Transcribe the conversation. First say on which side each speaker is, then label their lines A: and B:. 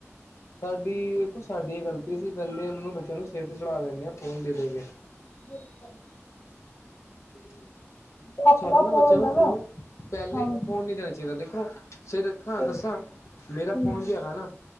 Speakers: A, on the left (about 70°); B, on the left (about 40°).
A: ਸਾਡੀ ਈ ਦੇਖੋ ਸਾਡੀ ਏ ਗਲਤੀ ਸੀਂ ਪੇਲੇ ਓਨਾਂ ਨੂੰ ਬੱਚੇਆਂ ਨੂੰ ਸਿਰ ਤੇ ਚੜ੍ਹਾ ਦਿੰਦੇ ਹਾਂ ਫੋਨ ਦੇ ਦੇ ਕੇ
B: ਬਿਲਕੁਲ।
A: ਤੁਆਡੇ ਕਿਤਨੇ
B: ਆਪਣਾ
A: ਸਾਨੂੰ ਨਾ
B: ਫੋਨ
A: ਬੱਚੇਆਂ
B: ਹੁੰਦਾ
A: ਨੂੰ
B: ਨਾ
A: ਫੋਨ, ਪੇਲੇ
B: ਹਾਂਜੀ
A: ਈ ਫ਼ੋਨ ਨਈ ਦੇਣਾ ਚਾਈਦਾ ਦੇਖੋ ਫੇਰ ਖਾਂ
B: ਬਿਲਕੁਲ
A: ਦੱਸਾਂ ਮੇਰਾ
B: ਹਾਂਜੀ।
A: ਫੋਨ ਵੀ ਹੈਗਾ ਨਾ